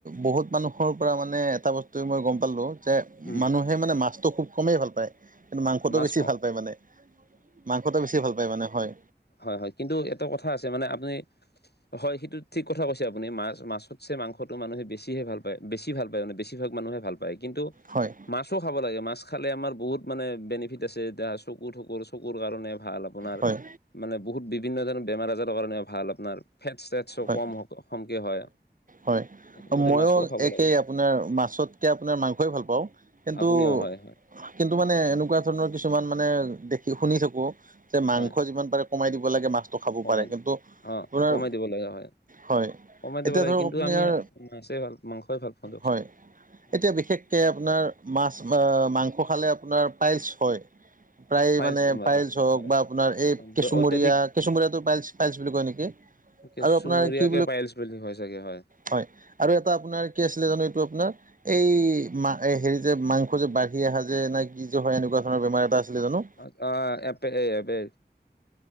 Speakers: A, on the right; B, on the left.
A: বহুত মানুহৰ পৰা মানে এটা বস্তুেই মই গম পালোঁ যে
B: উম।
A: মানুহে মানে মাছটো খুব কমেই ভাল পায়। কিন্তু মাংসটো
B: মাছ
A: বেছি
B: কম
A: ভাল পায় মানে, মাংসটো বেছি ভাল পায় মানে হয়।
B: হয়-হয় কিন্তু এট কথা আছে মানে আপুনি, হয় সেইটোত ঠিক কথা কৈছে আপুনি মাছ-মছাছতছে মাংসটো মানুহে বেছিে হে ভাল পায় বেছি ভাল পাই মানে বেছি বেছি ভাগ মানুহে ভাল পায় কিন্তু
A: হয়।
B: মাছো খাব লাগে মাছ খালে আমাৰ বহুত মানে বেনিফিট আছে এতি চকু থাকোঁ চকুৰ কাৰণে ভাল। আপোনাৰ
A: হয়
B: মানে বহুত বিভিন্ন ধৰণৰ বেমাৰ আজাৰৰ কাৰণে ভাল আপোনাৰ ফেট চটছ
A: হয়।
B: কমমকে হয়।
A: হয়। অ',
B: গতিকে
A: মইও
B: মাছটোও খাব
A: একেই
B: লাগে
A: আপোনাৰ মাছতকে আপোনাৰ মাংসই ভাল পাওঁ কিন্তু
B: আপুনিও হয় হয়
A: কিন্তু মানে এনেকুৱা ধৰণৰ কিছুমান মানে দেখি শুনি থাকোঁ যে মাংস
B: হয়
A: যিমান পাৰে কমাই দিব লাগে মাছটো খাব
B: কমাই
A: পাৰে। কিন্তু
B: অ
A: আপোনাৰ
B: কমাই দিব লাগে হয়।
A: হয়
B: কমাই দিব
A: এতিয়া
B: লাগে
A: ধৰক
B: কিন্তু,
A: আপোনাৰ
B: আমি মাছেই ভাল মাংসই ভাল পাওঁ দিয়কচোন।
A: হয়
B: উম
A: এতিয়া বিশেষকৈ আপোনাৰ মাছ অ, মাংস খালে আপোনাৰ পাইলচ হয়। প্ৰায়
B: পাইলছ
A: মানে
B: বেমাৰ
A: পাইলছ
B: হয়
A: হওঁক
B: হয়।
A: বা আপোনাৰ
B: অ
A: এই কেঁচুমৰীয়া
B: অত্যাধিক
A: কেঁচুমৰীয়াটো পাইলচ-পাইলচ বুলি কয় নেকি?
B: কেঁচুমৰীয়েকে
A: আৰু আপোনাৰ কি
B: পাইলছ বুলি হয় চাগে হয়।
A: হয় আৰু এটা আপোনাৰ কি আছিলে জানোঁ এইটো আপোনাৰ এই মা হেৰি যে মাংস যে বাঢ়ি আহে যে না কি যে হয় এনেকুৱা তোমাৰ বেমাৰ এটা আছিলে জানোঁ?
B: অ', এপে এ এপে